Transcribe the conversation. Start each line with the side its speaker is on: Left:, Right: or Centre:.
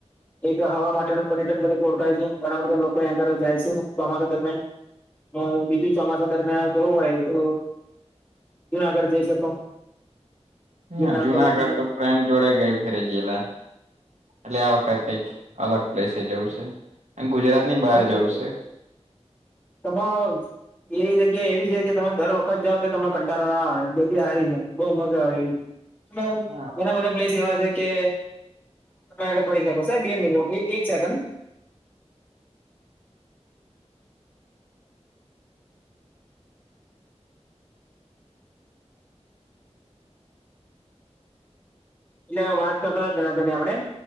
Left: એક હવા માટેનું પર્યટન તરીકે ઓળખાય છે ઘણા બધા લોકો એ ઘરે જાય છે ચોમાસા દરમિયાન અ બીજું ચોમાસા દરમિયાન જવું હોય તો જુનાગઢ જઈ શકો
Right: ના
Left: ગિરનાર
Right: જુનાગઢ
Left: પર્વત
Right: તો ફ્રેન્ડ જોડે ગઈ ફેરે જયેલા એટલે આ વખત કઈ અલગ પ્લેસે જેવું છે. અને ગુજરાત ની બહાર
Left: પણ
Right: જવું છે
Left: તમા એ જ જગ્યા એવી છે કે તમે દર વખત જાવ તો તમને કંટળો ના આવે જગ્યા સારી છે બઉ મજા આવે એવી એમ તો
Right: હા
Left: ઘણા બધા પ્લેસ એવા છે કે તમે આગળ પડી શકો સાહેબ બે મિનિટ એક એક સેકન્ડ એટલે વાત કરતા જુનાગઢની આપણે